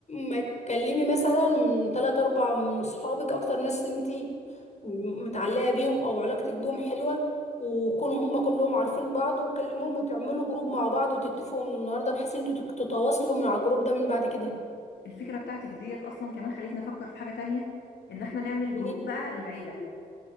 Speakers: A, on the left; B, on the left.
A: ما تكلمي مثلا تلات اربع من اصحابك اكتر ناس انتي متعلقة بيهم او علاقتك بيهم حلوة وكونوا هم كلهم عارفين بعض وتكلموهم وتعملوا جروب مع بعض وتتفقوا من النهارده بحيث ان انتوا تتواصلوا مع الجروب ده من بعد كده
B: الفكره بتاعتك ديت اصلا كمان خلتني افكر في حاجه تانية ان احنا نعمل
A: ليه؟
B: جروب بقى للعيله